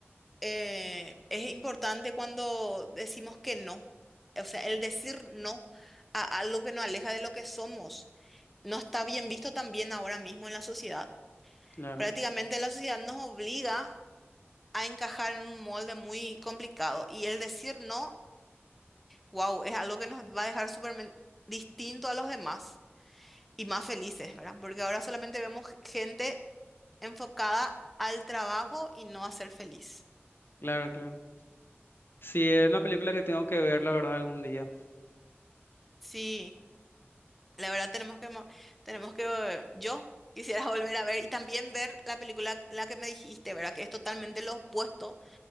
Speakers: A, in the centre; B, on the left.
A: Eh, es importante cuando decimos que no. O sea, el decir no a algo que nos aleja de lo que somos no está bien visto también ahora mismo en la sociedad.
B: Claro,
A: Prácticamente la sociedad nos obliga a encajar en un molde muy complicado. Y el decir no, wow, es algo que nos va a dejar súper men- distinto a los demás y más felices, ¿verdad? Porque ahora solamente vemos gente enfocada al trabajo y no a ser feliz.
B: claro, claro. Sí, es una película que tengo que ver, la verdad, algún día.
A: Sí, la verdad tenemos que, mo- tenemos que, eh, yo quisiera <laughs> volver a ver y también ver la película, la que me dijiste, ¿verdad? Que es totalmente lo opuesto